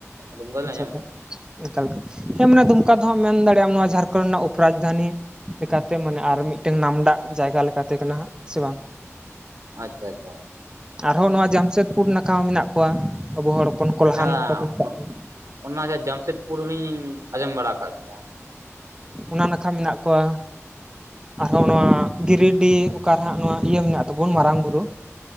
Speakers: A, on the right (about 75°); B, on the right (about 15°).
A: ᱫᱩᱢᱠᱟ ᱫᱚᱞᱤᱧ
B: ᱟᱪᱪᱷᱟ
A: ᱟᱸᱡᱚᱢ
B: ᱟᱪᱪᱷᱟ᱾
A: ᱟᱠᱟᱫᱟ
B: ᱚᱱᱠᱟ ᱞᱮᱠᱟ ᱦᱮᱸ ᱢᱟᱱᱮ ᱫᱩᱢᱠᱟ ᱫᱚ ᱦᱟᱸᱜ ᱢᱮᱱ ᱫᱟᱲᱮᱭᱟᱜ ᱟᱢ ᱱᱚᱣᱟ ᱡᱷᱟᱨᱠᱷᱚᱸᱱᱰ ᱨᱮᱱᱟᱜ ᱩᱯᱨᱟᱡᱽᱫᱷᱟᱱᱤ ᱞᱮᱠᱟᱛᱮ ᱢᱟᱱᱮ ᱟᱨ ᱢᱤᱫᱴᱮᱱ ᱱᱟᱢᱰᱟᱸᱜ ᱡᱟᱭᱜᱟ ᱞᱮᱠᱟᱛᱮ ᱠᱟᱱᱟ ᱦᱟᱸᱜ ᱥᱮ ᱵᱟᱝ᱾
A: ᱟᱪᱪᱷᱟ ᱟᱪᱪᱷᱟ᱾
B: ᱟᱨᱦᱚᱸ
A: ᱚ
B: ᱱᱚᱣᱟ ᱡᱟᱢᱥᱮᱫᱽᱯᱩᱨ ᱱᱟᱠᱷᱟ ᱦᱚᱸ ᱢᱮᱱᱟᱜ ᱠᱚᱣᱟ ᱟᱵᱚ ᱦᱚᱲ᱾ ᱦᱚᱯᱚᱱ ᱠᱚᱞᱦᱟᱱ
A: ᱦᱮᱸ,
B: ᱚᱱᱠᱟ ᱠᱚ ᱢᱮᱛᱟᱜ
A: ᱩᱸ
B: ᱠᱟᱱᱟ
A: ᱚᱱᱟ ᱡᱟᱦᱟᱸ ᱡᱟᱢᱥᱮᱫᱽᱯᱩᱨ ᱦᱚᱞᱤᱧ ᱟᱸᱡᱚᱢ ᱵᱟᱲᱟ ᱟᱠᱟᱫ ᱜᱮᱭᱟ᱾
B: ᱚᱱᱟ ᱱᱟᱠᱷᱟ ᱢᱮᱱᱟᱜ ᱠᱚᱣᱟ᱾ ᱟᱨᱦᱚᱸ ᱱᱚᱣᱟ ᱜᱤᱨᱤᱰᱤ ᱚᱠᱟ ᱨᱮ ᱦᱟᱸᱜ ᱱᱚᱣᱟ ᱤᱭᱟᱹ ᱢᱮᱱᱟᱜ ᱛᱟᱵᱚᱱ ᱢᱟᱨᱟᱝ ᱵᱩᱨᱩ᱾